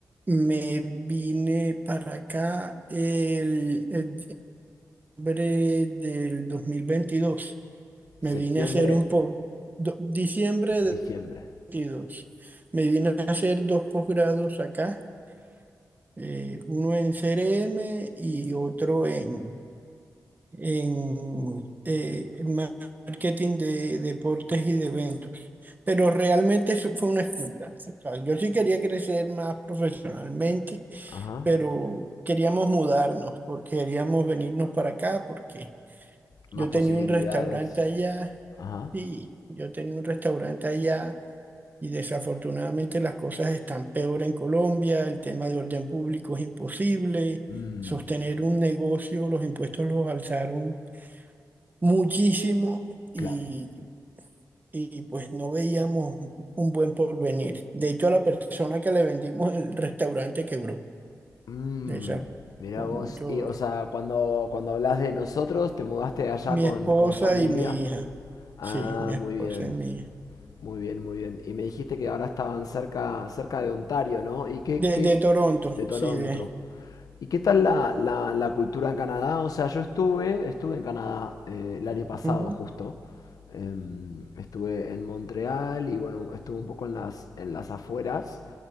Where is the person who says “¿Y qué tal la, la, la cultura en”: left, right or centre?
Left